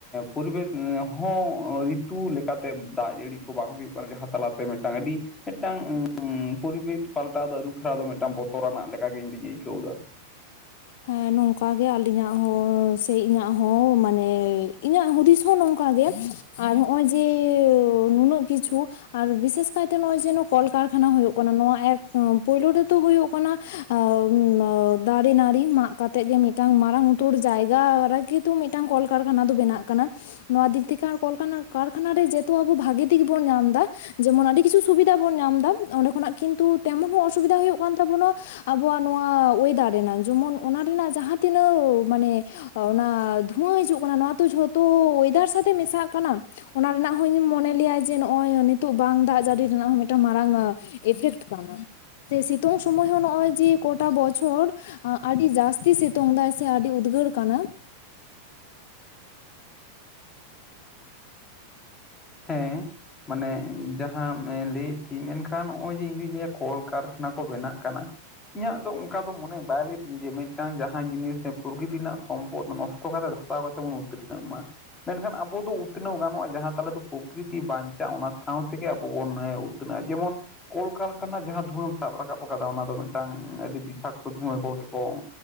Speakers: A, on the left; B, on the left.
A: ᱯᱚᱨᱤᱵᱮᱥ ᱦᱚᱸ ᱨᱤᱛᱩ ᱞᱮᱠᱟᱛᱮ ᱫᱟᱜ ᱡᱟᱹᱲᱤ ᱠᱚ ᱵᱟᱝ ᱦᱩᱭᱩᱜ ᱠᱟᱱᱟ ᱡᱟᱦᱟᱸ ᱛᱟᱞᱟᱛᱮ ᱢᱤᱫᱴᱟᱝ ᱟᱹᱰᱤ ᱢᱤᱫᱴᱟᱝ ᱯᱚᱨᱤᱵᱮᱥ ᱯᱟᱞᱴᱟᱣ ᱫᱚ ᱟᱹᱨᱩ ᱯᱷᱮᱨᱟᱣ ᱫᱚ ᱢᱤᱫᱴᱟᱝ ᱵᱚᱛᱚᱨᱟᱱᱟᱜ ᱞᱮᱠᱟᱜᱮ ᱤᱧᱫᱩᱧ ᱟᱹᱭᱠᱟᱹᱣᱫᱟ
B: ᱦᱮᱸ ᱱᱚᱝᱠᱟ ᱜᱮ ᱟᱹᱞᱤᱧᱟᱜ ᱦᱚᱸ ᱥᱮ ᱤᱧᱟᱹᱜ ᱦᱚᱸ ᱢᱟᱱᱮ ᱤᱧᱟᱹᱜ ᱦᱩᱫᱤᱥ ᱦᱚᱸ ᱱᱚᱝᱠᱟ ᱜᱮ ᱟᱨ ᱱᱚᱜᱼᱚᱭ ᱡᱮ ᱱᱩᱱᱟᱹᱜ ᱠᱤᱪᱷᱩ ᱟᱨ ᱵᱤᱥᱮᱥ ᱠᱟᱭᱛᱮ ᱱᱚᱜᱼᱚᱭ ᱡᱮᱱᱚ ᱠᱚᱞᱠᱟᱨᱠᱷᱟᱱᱟ ᱦᱳᱭᱳᱜ ᱠᱟᱱᱟ ᱱᱚᱣᱟ ᱮᱠ ᱯᱳᱭᱞᱳ ᱨᱮᱫᱚ ᱦᱳᱭᱳᱜ ᱠᱟᱱᱟ ᱟᱣ ᱩᱢ ᱟ-ᱫᱟᱲᱮ ᱱᱟᱲᱤ ᱾ ᱢᱟᱜ ᱠᱟᱛᱮᱜ ᱜᱮ ᱢᱤᱫᱴᱟᱝ ᱢᱟᱨᱟᱝ ᱩᱛᱟᱹᱨ ᱡᱟᱭᱜᱟ ᱨᱮ ᱠᱤ ᱛᱚ ᱢᱤᱫᱴᱟᱝ ᱠᱚᱞᱠᱟᱨᱠᱷᱟᱱᱟ ᱫᱚ ᱵᱮᱱᱟᱜ ᱠᱟᱱᱟ ᱱᱚᱣᱟ ᱫᱤᱠ ᱛᱷᱤᱠᱟᱹᱲ ᱠᱟᱨᱠᱷᱟᱱᱟ ᱨᱮ ᱡᱮᱦᱮᱛᱩ ᱟᱵᱚ ᱵᱷᱟᱹᱜᱤ ᱛᱮᱜᱮ ᱵᱚᱱ ᱧᱟᱢ ᱮᱫᱟ ᱡᱮᱢᱚᱱ ᱟᱹᱰᱤ ᱠᱤᱪᱷᱩ ᱥᱩᱵᱤᱫᱷᱟ ᱵᱚᱱ ᱧᱟᱢ ᱮᱫᱟ ᱚᱸᱰᱮ ᱠᱷᱚᱱᱟᱜ ᱠᱤᱱᱛᱩ ᱛᱮᱢᱚᱱ ᱦᱚᱸ ᱚᱥᱩᱵᱤᱫᱟ ᱦᱩᱭᱩᱜ ᱠᱟᱱ ᱛᱟᱵᱚᱱᱟ ᱟᱵᱚᱣᱟᱜ ᱱᱚᱣᱟ ᱚᱭᱮᱫᱟ ᱨᱮᱱᱟᱜ ᱡᱚᱢᱚᱱ ᱚᱱᱟ ᱨᱮᱱᱟᱜ ᱡᱟᱦᱟᱸ ᱛᱤᱱᱟᱹᱣ ᱢᱟᱱᱮ ᱚᱱᱟ ᱫᱷᱩᱣᱟᱹ ᱦᱤᱡᱩᱜ ᱠᱟᱱᱟ ᱱᱚᱣᱟ ᱫᱚ ᱡᱷᱚᱛᱚ ᱚᱭᱮᱫᱟᱨ ᱥᱟᱛᱮ ᱢᱮᱥᱟᱜ ᱠᱟᱱᱟ ᱚᱱᱟ ᱨᱮᱱᱟᱜ ᱦᱚᱸᱧ ᱢᱚᱱᱮ ᱞᱮᱭᱟ ᱡᱮ ᱱᱚᱜᱼᱚᱭ ᱱᱤᱛᱚᱜ ᱵᱟᱝ ᱫᱟᱜ ᱡᱟᱹᱲᱤ ᱨᱮᱱᱟᱜ ᱦᱚᱸ ᱢᱤᱫᱴᱟᱝ ᱤᱯᱷᱮᱠᱴ ᱠᱟᱱᱟ ᱥᱮ ᱥᱤᱛᱩᱝ ᱥᱩᱚᱢᱚᱭ ᱦᱚᱸ ᱱᱚᱜᱼᱚᱭ ᱡᱮ ᱠᱚᱴᱟ ᱵᱚᱪᱷᱚᱨ ᱟᱹᱰᱤ ᱡᱟᱹᱥᱛᱤ ᱥᱤᱛᱩᱝ ᱫᱟᱭ ᱥᱮ ᱟᱹᱰᱤ ᱩᱫᱽᱜᱟᱹᱨ ᱠᱟᱱᱟ
A: ᱦᱮᱸ ᱢᱟᱱᱮ ᱡᱟᱦᱟᱸᱢ ᱞᱟᱹᱭ ᱛᱷᱤ ᱢᱮᱱᱠᱷᱟᱱ ᱱᱚᱜᱼᱚᱭ ᱡᱮ ᱤᱧᱫᱩᱧ ᱞᱟᱹᱭᱟ ᱠᱚᱞᱠᱟᱨᱠᱷᱟᱱᱟ ᱠᱚ ᱵᱮᱱᱟᱜ ᱠᱟᱱᱟ ᱤᱧᱟᱹᱜ ᱫᱚ ᱚᱱᱠᱟ ᱫᱚ ᱢᱚᱱᱮ ᱵᱟᱭ ᱞᱟᱹᱭ ᱛᱤᱧᱟᱹ ᱡᱮ ᱢᱤᱫᱴᱟᱝ ᱡᱟᱦᱟᱸ ᱡᱤᱱᱤᱥ ᱯᱨᱚᱜᱤᱛ ᱨᱮᱱᱟᱜ ᱥᱚᱢᱯᱚᱫ ᱱᱚᱥᱴᱚ <unintelligible> ᱠᱟᱛᱮ ᱫᱷᱟᱥᱟᱣ ᱠᱟᱛᱮ ᱵᱚᱱ ᱩᱛᱱᱟᱹᱜ ᱢᱟ ᱢᱮᱱᱠᱷᱟᱱ ᱟᱵᱚ ᱫᱚ ᱩᱛᱱᱟᱹᱣ ᱜᱟᱱᱚᱜᱼᱟ ᱡᱟᱦᱟᱸ ᱛᱟᱞᱮ ᱫᱚ ᱯᱚᱨᱠᱩᱨᱛᱤ ᱵᱟᱧᱪᱟᱜᱼᱟ ᱚᱱᱟ ᱥᱟᱶ ᱛᱮᱜᱮ ᱟᱵᱚ ᱵᱚᱱ ᱩᱛᱱᱟᱹᱜᱼᱟ ᱡᱮᱢᱚᱱ ᱠᱚᱞ ᱠᱟᱨᱠᱷᱱᱟ ᱡᱟᱦᱟᱸ ᱫᱷᱩᱣᱟᱹᱢ ᱥᱟᱵ ᱨᱟᱠᱟᱵ ᱟᱠᱟᱫᱟ ᱚᱱᱟ ᱫᱚ ᱢᱤᱫᱴᱟᱝ ᱟᱹᱰᱤ ᱵᱤᱥᱟᱠᱛᱚ ᱫᱷᱩᱣᱟᱹ ᱠᱚ ᱜᱮ ᱠᱚ